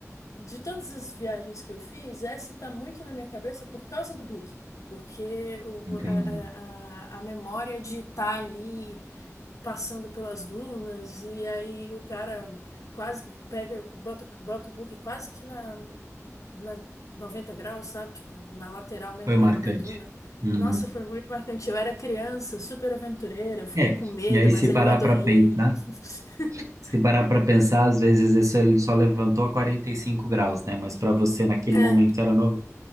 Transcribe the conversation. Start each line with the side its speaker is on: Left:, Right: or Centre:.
Left: de todas as viagens que eu fiz, essa tá muito na minha cabeça por causa do book. Porque o-
Right: Entendi.
Left: a, a, a a memória de estar ali passando pelas dunas, e aí o cara quase pega, bota, bota o book quase que na, na 90 graus, sabe? Tipo, na lateral mesmo
Right: Foi
Left: da,
Right: marcante.
Left: da duna.
Right: Uhum.
Left: Nossa, foi muito marcante. Eu era criança, super aventureira, eu fiquei
Right: É,
Left: com medo,
Right: e aí
Left: mas
Right: se
Left: aí
Right: parar
Left: eu adorei.
Right: para pensar,
Left: <laughs>
Right: se parar para pensar, às vezes isso ele só levantou a 45 graus, né? Mas para você naquele
Left: É,
Right: momento era novo,